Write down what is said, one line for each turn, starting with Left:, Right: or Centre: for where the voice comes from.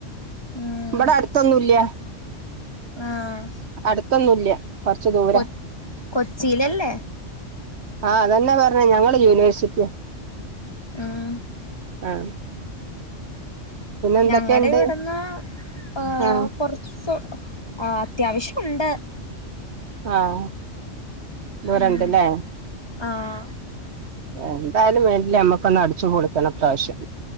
Left: ഉം
Right: ഇവിടെ അടുത്തൊന്നുംല്ല
Left: ആഹ്
Right: അടുത്തൊന്നുംല്ല കൊറച്ച് ദൂര
Left: കൊ കൊച്ചിയിലല്ലേ
Right: ആഹ് അതന്നെ പറഞ്ഞേ ഞങ്ങള് യൂണിവേഴ്സിറ്റിയെ
Left: ഉം
Right: ആഹ് എന്തൊക്കെയുണ്ട്
Left: ഞങ്ങളടെ ഇവിടുന്ന് ഹ
Right: ആ
Left: കുറച്ച് അത്യാവശ്യം ഉണ്ട്
Right: ആഹ് ദൂരണ്ടല്ലേ
Left: ഉം ആഹ്
Right: എന്തായാലും വേണ്ട നമ്മുക്കൊന്ന് അടിച്ചച്ച് പൊളിക്കണം ഈപ്രാവശ്യം